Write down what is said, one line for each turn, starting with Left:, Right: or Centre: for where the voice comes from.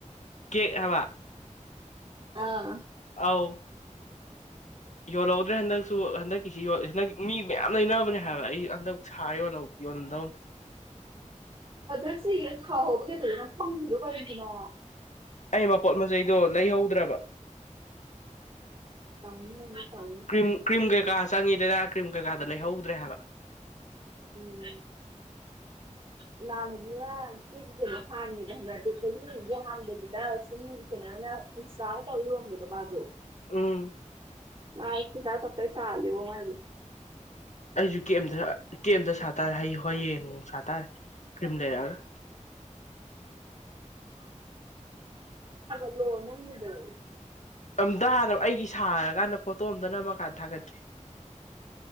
Left: ꯀꯦꯛ ꯍꯥꯕ
Right: ꯑꯥ
Left: ꯑꯥꯎ ꯌꯧꯜꯧꯗ꯭ꯔꯦ ꯍꯟꯛꯁꯨ ꯍꯟ ꯁꯤ ꯃꯤ ꯌꯥꯝ ꯂꯩꯅꯕꯅꯦ ꯍꯥꯏꯕ ꯑꯩ ꯍꯟꯗꯛ ꯁꯥꯔ ꯌꯣꯟꯧ ꯌꯣꯟꯗꯧ
Right: ꯍꯗꯛꯁꯤ ꯌꯦ ꯊꯥꯍꯧꯕꯒꯩꯗꯗꯣ ꯅꯪ ꯐꯪꯈꯤꯗꯣ ꯀꯔꯤꯒꯤꯅꯣ
Left: ꯑꯩ ꯃꯄꯣꯠ ꯃꯆꯩꯗꯣ ꯂꯩꯍꯧꯗ꯭ꯔꯕ
Right: ꯇꯧꯅꯤ ꯅꯪꯁꯨ ꯇꯧꯅꯤ
Left: ꯀ꯭ꯔꯤꯝ ꯀ꯭ꯔꯤꯝ ꯀꯩ ꯀꯥ ꯆꯪꯉꯤ ꯂꯅꯥ ꯀ꯭ꯔꯤꯝ ꯀꯩꯀꯥꯗ ꯂꯩꯍꯧꯗ꯭ꯔꯦ ꯍꯥꯏꯕ
Right: ꯎꯝ ꯏꯃꯥꯅꯕꯤꯅ ꯀꯦ ꯀꯩꯅꯣ ꯍꯥꯡꯉꯦꯕ ꯍꯥꯏꯅꯗꯤ ꯀꯣꯏ ꯅꯨꯒꯤ ꯍꯥꯡꯕꯗꯨꯗ ꯁꯨꯝ ꯀꯩꯅꯣꯅ ꯏꯟꯁꯇꯥꯜ ꯇꯧ ꯌꯣꯟꯕꯗꯣ ꯃꯥꯁꯨ
Left: ꯎꯝ
Right: ꯃꯥ ꯑꯩꯛꯇ ꯆ ꯑ ꯏ ꯇꯥꯜꯂꯤꯕꯣ ꯃꯥꯥꯏ ꯑꯗꯨ
Left: ꯑꯩꯁꯨ ꯀꯦꯝꯦꯝꯗ ꯀꯦꯝꯦꯝꯇ ꯁꯥ ꯇꯔꯦ ꯍꯌꯦꯡ ꯍꯌꯦꯡ ꯁꯥꯇꯥꯔꯦ ꯀ꯭ꯔꯤꯝ ꯂꯩꯔꯛꯑꯒ
Right: ꯍꯜꯂꯣ ꯅꯪꯗ
Left: ꯑꯝꯇ ꯍꯥꯟꯅ ꯑꯩꯒꯤ ꯁꯥꯔꯀꯥꯟꯗ ꯐꯣꯇꯣ ꯑꯝꯇ ꯅꯝꯃꯀꯥꯟꯗ ꯊꯥꯒꯠꯀꯦ